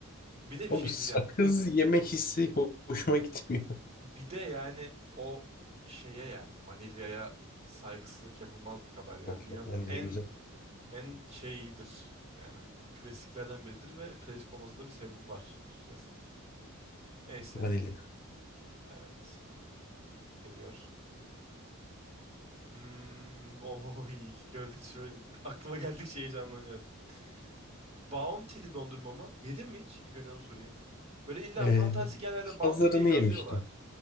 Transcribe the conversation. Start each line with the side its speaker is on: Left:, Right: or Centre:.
Right: Bir de bir
Left: O
Right: şey
Left: sakız
Right: diyeceğim.
Left: yeme hissi ho- hoşuma gitmiyor.
Right: Bir de yani o şeye yani vanilyaya saygısızlık yapılmaz bu kadar
Left: <laughs>
Right: ya.
Left: Yok
Right: Dünyanın
Left: yok vanilya
Right: en
Left: güzel.
Right: en şeyidir yani. Klasiklerden biridir ve klasik olmasında bir sebebi var açıkçası. Neyse.
Left: Vanilya.
Right: Evet. Geliyor. Hmm, oy, gördükçe böyle aklıma geldikçe heyecanlanıyorum. Bounty'li dondurma mı? Yedin mi hiç? İlk önce onu sorayım. Böyle illa
Left: Ee,
Right: fantastik yerlerde Bounty
Left: hazırını
Right: diye yazıyorlar.
Left: yemiştim.